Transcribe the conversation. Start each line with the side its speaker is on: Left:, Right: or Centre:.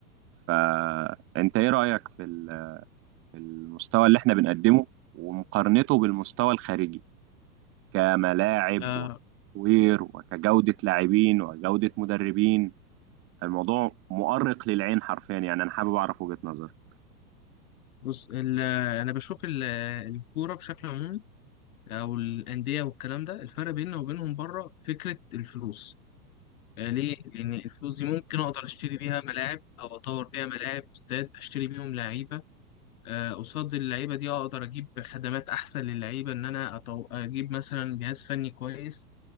Right: فانت ايه رأيك في ال- في المستوى اللي احنا بنقدمه ومقارنته بالمستوى الخارجي كملاعب
Left: آه
Right: وكتطوير وكجودة لاعبين وجودة مدربين الموضوع مؤرق للعين حرفيا يعني انا حابب اعرف وجهة نظرك
Left: بص ال- انا بشوف ال- الكوره بشكل عمومي او الانديه والكلام ده الفرق بيننا وبينهم بره فكره الفلوس آه ليه لان الفلوس دي ممكن اقدر اشتري بيها ملاعب او اطور بيها ملاعب استاد اشتري بيهم لعيبه آه قصاد اللعيبه دي اقدر اجيب خدمات احسن للعيبه ان انا أطو... اجيب مثلا جهاز فني كويس